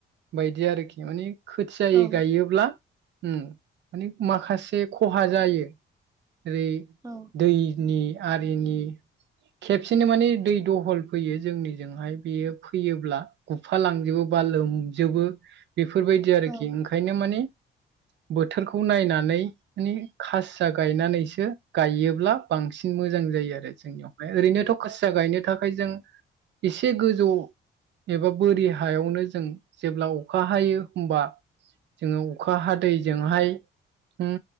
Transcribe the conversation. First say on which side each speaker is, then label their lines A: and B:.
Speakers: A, on the right; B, on the right.
A: बायदि आरोखि माने खोथियायै
B: औ
A: गायोब्ला उम, माने माखासे खहा जायो। ओरै
B: औ
A: दैनि आरिनि खेबसेनो माने दै दहल फैयो जोंनिजोंहाय बेयो फैयोब्ला गुफा लांजोबो बा लोमजोबो बेफोरबायदि आरोखि।
B: औ
A: ओंखायनो माने बोथोरखौ नायनानै माने खासिया गायनानैसो गायोब्ला बांसिन मोजां सिन आरो जोंनियावहाय। ओरैनोथ' खासिया गायनो थाखाय जों एसे गोजौ एबा बोरि हायावनो जों जेब्ला अखा हायो हमबा जोङो अखा हादैजोंहाय होम